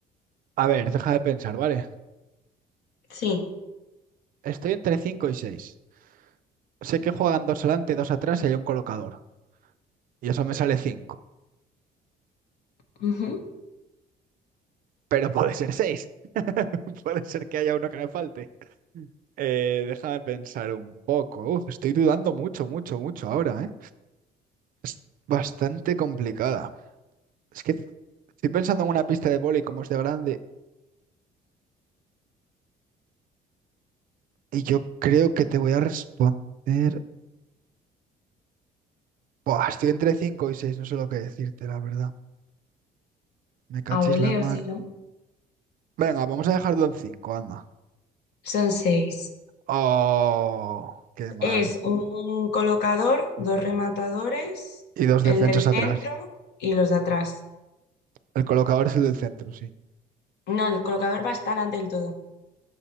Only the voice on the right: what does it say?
A ver, deja de pensar, ¿vale?
Estoy entre 5 y 6. Sé que juegan dos adelante, dos atrás y hay un colocador. Y eso me sale 5.
Pero puede ser 6. <laughs> Puede ser que haya uno que me falte. Eh, déjame pensar un poco. Uf, estoy dudando mucho, mucho, mucho ahora, ¿eh? Es bastante complicada. Es que estoy pensando en una pista de vóley como es de grande y yo creo que te voy a responder. Buah, estoy entre 5 y 6, no sé lo que decirte, la verdad. Me
cachis
la mar.
Venga, vamos a dejarlo en 5, anda.
Oh, qué mal.
Y dos defensas
atrás.
El colocador es el del centro, sí.